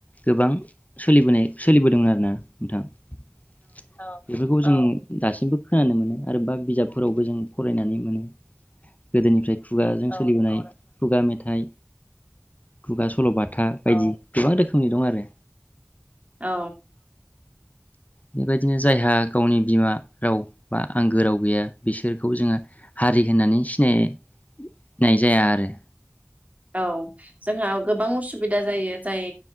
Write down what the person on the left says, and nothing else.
गोबां सोलिबोनाय सोलिबोदोंमोन आरोना नोंथां। औ औ बेफोरखौ जों दासिमबो। खोनानो मोनो। आरोबा बिजाबफोरावबो जों फरायनानै मोनो। गोदोनिफ्राय खुगाजों औ नंगौ नोंथां सोलिबोनाय। खुगा मेथाइ। खुगा सलबाथा औ बायदि। गोबां रोखोमनि दं आरो।
बेबायदिनो जायहा गावनि बिमा राव बा आंगो राव गैया बिसोरखौ जोंङो हारि होननानै सिनाय नाय जाया आरो।